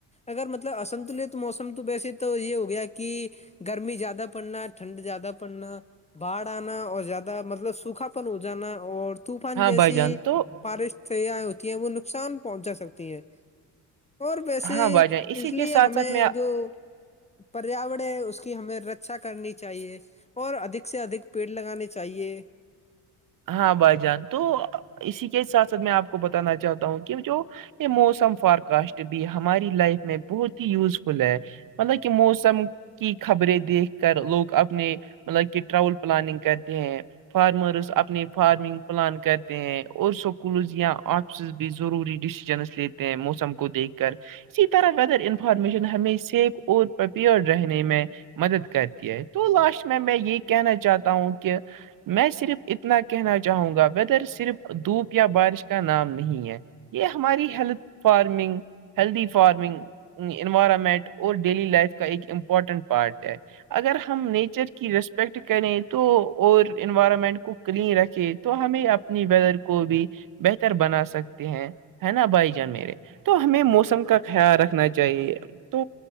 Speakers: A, on the left; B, on the right.
A: اگر مطلب آسنتلت موسم تو ویسے تو یے ہو گیا کی گرمی زیادہ پڑنا ٹھنڈ زیادہ پڑنا باڑھ آنا اور زیادہ مطلب سوکھا پن ہو جانا اور طوفان
B: ہاں
A: جیسی
B: بھائی جان تو
A: بارش سیا ہوتی ہیں وہ نقصان پہنچا سکتی ہیں اور ویسے
B: ہاں بھائی جان اسی
A: اس لیے
B: کے ساتھ
A: ہمیں
B: ساتھ میں
A: جو پریاور ہے اس کی ہمیں رکچا کرنی چاہیے اور ادھک سے ادھک پیٹ لگانے چاہیے
B: ہاں بھائی جان تو اسی کے ساتھ ساتھ میں آپ کو بتانا چاہتا ہوں کہ جو یہ موسم فارکسٹ بھی ہماری لائف میں بہت ہی یوزفل ہے مطلب کی موسم کی خبریں دیکھ کر لوگ اپنے مطلب کی ٹرول پلاننگ کرتے ہیں فارمروس اپنی فارمنگ پلان کرتے ہیں اور سکولز یا آفسز بھی ضروری ڈسیجنس لیتے تے ہیں موسم کو دیکھ کر اسی طرح ویدر انفارمیشن ہمیں سیف اور پپیور رہنے میں مدد کرتی ہے تو لاش میں میں یے کہنا چاہتا ہوں کی میں صرف اتنا کہنا چاہوں گا ویدر صرف دھوپ یا بارش کا نام نہیں ہے یے ہماری health farming healthy farming environment اور ڈیلی لائف کا ایک امپورٹنٹ پارٹ ہے اگر ہم نیچر کی ریسپیکٹ کریں تو اور انوائرمنٹ کو کلین رکھے تو ہمیں اپنی ویدر کو بھی بہتر بنا سکتے ہیں ہے نا بھائی جان میرے تو ہمیں موسم
A: ہاں
B: کا خیال رکھنا چاہیے تو